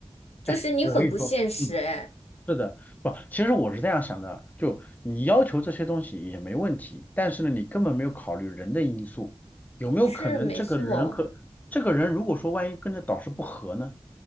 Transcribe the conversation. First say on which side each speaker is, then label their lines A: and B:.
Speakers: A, on the left; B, on the left.
A: 就是你很不现实哎。
B: 哎，我跟你说，嗯。是的，不，其实我是这样想的，就你要求这些东西也没问题，但是呢，你根本没有考虑人的因素，有没有可能这个人和这个人如果说万一跟着导师不合呢，
A: 是没错，